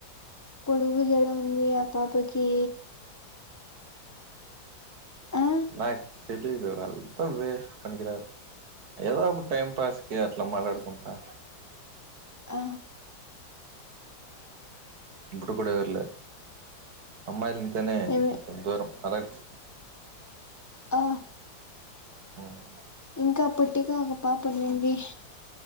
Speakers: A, on the left; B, on the right.
A: పొడుగు జడ ఉంది ఆ పాపకి ఆ
B: నా తెలీదు వాళ్ళంతా వేస్ట్ పనికిరారు ఏదో అప్పుడు టైం పాస్కి అట్లా మాట్లాడుకుంటా
A: ఆ
B: ఇప్పుడుకూడ ఎవర్లే అమ్మాయిలు అంటేనే
A: ఏమి
B: కొంచెం దూరం అలెర్ట్
A: ఆ
B: ఉమ్
A: ఇంకా పొట్టిగా ఒక పాప ఉన్నింది